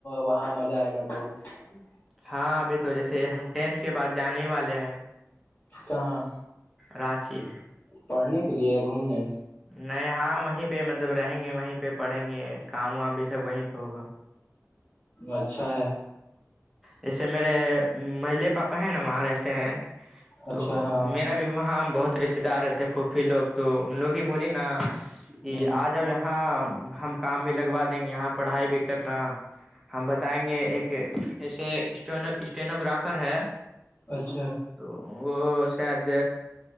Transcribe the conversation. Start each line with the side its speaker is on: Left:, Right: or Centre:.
Left: وہاں مزہ آئے گا بہت <unintelligible>
Centre: ہاں ابھی تو جیسے ہم ٹینتھ کے بعد جانے ہی والے ہیں
Left: کہاں
Centre: راضی <unintelligible>
Left: پڑھنے کے لیے گھومنے
Centre: نہیں ہاں وہیں پہ مطلب رہیں گے وہیں پہ پڑھیں گے کام وام بھی سب وہیں پہ ہوگا
Left: اچھا ہے
Centre: جیسے میرے مجلے پاپا ہے نا وہاں رہتے ہیں تو
Left: اچھا ہاں
Centre: میرا بھی <unintelligible> وہاں بہت رشتے دار رہتے پھوپی لوگ تو ان لوگ ہی بولی نا کہ
Left: ہ
Centre: آج اب یہاں ہم کام بھی لگوا دیں گے یہاں پڑھائی بھی کرنا <unintelligible> ہم بتائیں گے ایک ایسے اسٹ اسٹینوگررافر ہے
Left: اچھا
Centre: تو وہ شاید